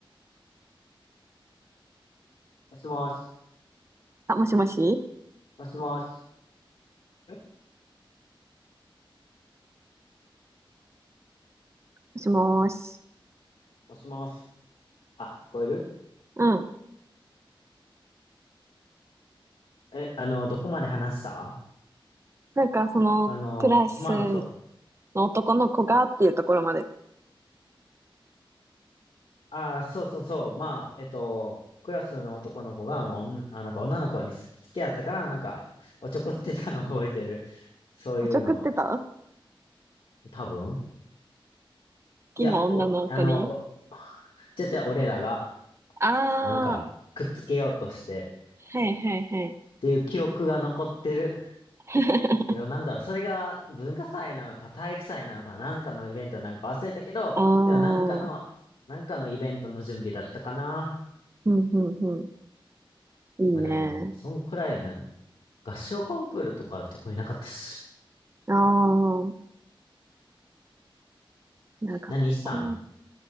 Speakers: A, on the left; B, on the right.
A: もしもし、
B: あ、もしもし
A: もしもし。え
B: もしもーし。
A: もしもし。あ、聞こえる
B: うん。
A: え、あの、どこまで話した
B: なんかそのクラス
A: あの、すまあまあそう。
B: の男の子がっていうところまで。
A: ああ、そうそうそう。まあ、えっと、クラスの男の子が、もう、おんあ、なんか女の子に好き好きやったから、なんか、おちょこってたのを覚えてる。そういうの、
B: おちょくってた好
A: 多分。
B: きな女の子に
A: いや、お、あの、お、じゃじゃ俺らが、
B: ああ
A: なんか、くっつけようとして、
B: はいはいはい。
A: っていう記憶が残ってる
B: <laughs>
A: けど、なんだろう、それが文化祭なのか体育祭なのかなんかのイベントなんか忘れたけど、
B: ああ、
A: でもなんかの、なんかのイベントの準備だったかな。
B: うん、うん、うん。いいね。
A: まあでも、そんくらいよね。合唱コンクールとか特になかったし。
B: ああ、いや、学校。
A: 何したん